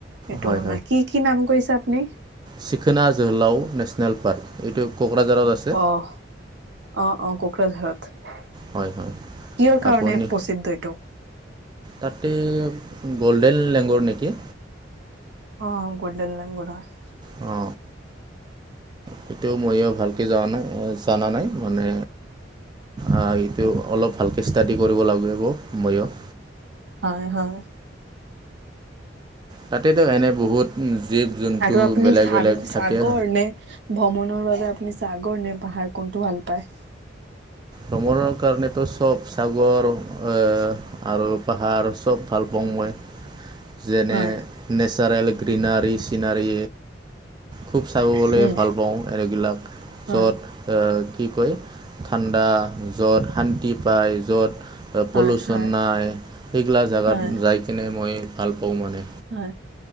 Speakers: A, on the right (about 65°); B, on the right (about 25°).
A: এইটো
B: হয়
A: হোৱা নাই, কি কি নাম কৈছে আপুনি?
B: চিকনা জহেলাও নেচনেল পাৰ্ক, এইটো কোকৰাঝাৰত আছে।
A: অহ অ অ কোকৰাঝাৰত। কিহৰ
B: হয় হয়
A: কাৰণে
B: আপুনি
A: প্ৰসিদ্ধ এইটো?
B: তাতে গল্ডেন লেংগৰ নেকি
A: অ' গল্ডেন লেংগৰ হয়।
B: অ সেইটো ময়ো ভালকে জয়া নাই জানা নাই মানে আ এইটো অলপ ভালকৈ ষ্টাডি কৰিব লাগিব ময়ো।
A: হয় হয়।
B: তাতেতো এনে বহুত জীৱ জন্তু
A: আৰু আপুনি
B: বেলেগ
A: সাগ-সাগৰ
B: বেলেগ থাকে।
A: নে ভ্ৰমণৰ বাবে আপুনি সাগৰ নে পাহাৰ কোনটো ভাল পায়?
B: ভ্ৰমণৰ কাৰণেতো চব সাগৰ এ আৰু পাহাৰ চব ভাল পাওঁ মই। যেনে
A: হয়,
B: নেচাৰেল গ্ৰীনাৰ চিনাৰি। খুব চাবলৈ
A: উম,
B: ভাল পাওঁ এনেগিলাক
A: হয়,
B: য'ত এ কি কয় ঠাণ্ডা য'ত শান্তি পায় য'ত যত পলিউচন
A: হয়, হয়,
B: নাই সেইগিলা জেগাত
A: হয়,
B: যাই কিনে মই ভাল পাওঁ মানে।
A: হয়